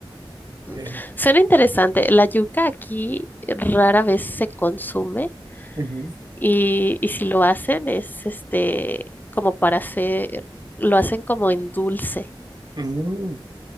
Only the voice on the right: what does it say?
Eh,
ujú.
Mm,